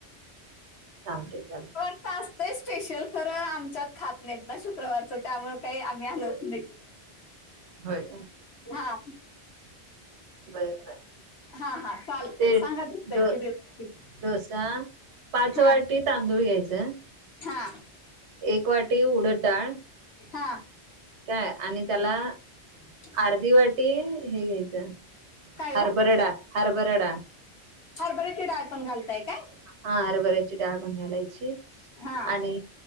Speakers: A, on the right; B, on the left.
A: चालते चालते
B: जास्तय स्पेशल खरं आमच्यात खात नाहीत ना शुक्रवारचं त्यामुळे काही आम्ही आलत नाही
A: होय
B: हा
A: बाय बाय
B: हा हा चालतंय
A: ते
B: सांगा धोत्याची
A: डोसा
B: रेसिपी
A: पाच
B: हा
A: वाटी तांदूळ घ्यायचं
B: हा
A: एक वाटी उडद डाळ
B: हा
A: काय आणि त्याला
B: अच्छ
A: अर्धी वाटी हे घ्यायचं
B: काय
A: हरभरडा
B: ओ
A: हरभरडा
B: हरभरचीि डाळ पण घालताय काय
A: हा हरभरायची डाबण घालायची
B: हा
A: आणि